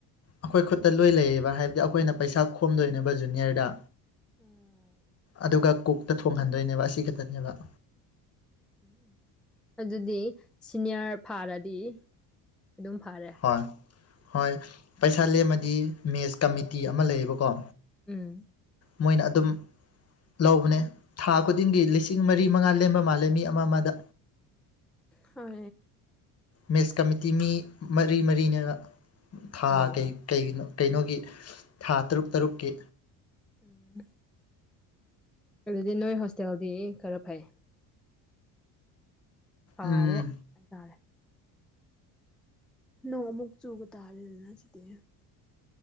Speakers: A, on the left; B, in the centre.
A: ꯑꯩꯈꯣꯏ ꯈꯨꯠꯇ ꯂꯣꯏ ꯂꯩꯌꯦꯕ ꯍꯥꯏꯕꯗꯤ ꯑꯩꯈꯣꯏꯅ ꯄꯩꯁꯥ ꯈꯣꯝꯗꯣꯏꯅꯦꯕ ꯖꯨꯅꯤꯌꯔꯗ
B: ꯎꯝ
A: ꯑꯗꯨꯒ ꯀꯣꯛꯛꯇ ꯊꯣꯡꯍꯟꯗꯣꯏꯅꯦꯕ ꯑꯁꯤ ꯈꯛꯇꯅꯦꯕ
B: ꯎꯝ ꯑꯗꯨꯗꯤ ꯁꯤꯅꯤꯌꯔ ꯐꯥꯔꯗꯤ ꯑꯗꯨꯝ ꯐꯔꯦ
A: ꯍꯣꯏ ꯍꯣꯏ ꯄꯩꯁꯥ ꯂꯦꯝꯃꯗꯤ ꯃꯦꯁ ꯀꯃꯤꯇꯤ ꯑꯃ ꯂꯩꯌꯦꯕꯀꯣ
B: ꯎꯝ
A: ꯃꯣꯏꯅ ꯑꯗꯨꯝ ꯂꯧꯕꯅꯦ ꯊꯥ ꯈꯨꯗꯤꯡꯒꯤ ꯂꯤꯁꯤꯡ ꯃꯔꯤ ꯃꯉꯥ ꯂꯦꯝꯕ ꯃꯥꯜꯂꯦ ꯃꯤ ꯑꯃ ꯑꯃꯗ
B: ꯍ
A: ꯃꯦꯁ ꯀꯃꯤꯇꯤ ꯃꯤ ꯃꯔꯤ ꯃꯔꯤꯅ ꯊꯥꯒꯩ
B: ꯎꯝ
A: ꯀꯩꯒꯤꯅꯣ ꯀꯩꯅꯣꯒꯤ ꯊꯥ ꯇꯔꯨꯛ ꯇꯔꯨꯛꯀꯤ
B: ꯎꯝ ꯑꯗꯨꯗꯤ ꯅꯣꯏ ꯍꯣꯁꯇꯦꯜꯗꯤ ꯈꯔ ꯐꯩ ꯐꯔꯦ
A: ꯎꯝ
B: ꯍꯥꯏꯇꯥꯔꯦ ꯅꯣꯡ ꯑꯃꯨꯛ ꯆꯨꯒ ꯇꯥꯔꯦꯗꯅ ꯁꯤꯗꯤ